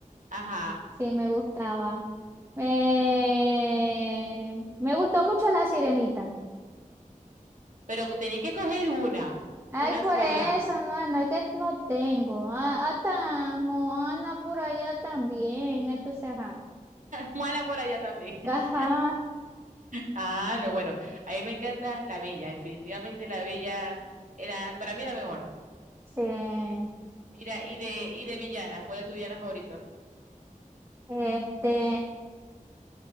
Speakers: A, on the right; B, on the right.
A: Ajá,
B: Sí, me gustaba. Me, me gustó mucho La Sirenita.
A: pero tenéis que coger una,
B: Ay,
A: una
B: por
A: sola.
B: eso, no, no es que no tengo. Ah, hasta Moana por allá también. Entonces, ajá.
A: Mala <laughs> por allá también. <laughs>
B: Ajá,
A: Ah, no, bueno, a mí me encanta La Bella, definitivamente La Bella era, para mí era mejor.
B: sí.
A: Mira, y de, y de villanas, ¿cuál es tu villana favorito?
B: Este.